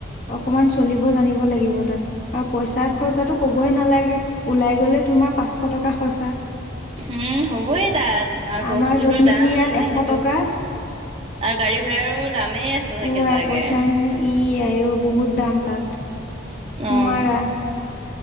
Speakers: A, on the left; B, on the right.
A: অকমান চলিব। জান লাগিব তাত, আৰু পইচা খৰচাটো কবই নালাগে ওলাই গলে তোমাৰ পাঁচশ টকা। খছা।
B: উম হ'বই তাত আৰু বস্তুৰো
A: আমাৰ য'ত নেকি
B: দাম
A: ইয়াত
B: যিহেতু
A: এশ টকা।
B: আৰু গাড়ী ভড়াৰো দামেই আছে চাগে
A: ও
B: জাকে।
A: আই কৈছা হেনে ই আই ঔ বহুত দাম তাত
B: অঁ
A: নোৱাৰা।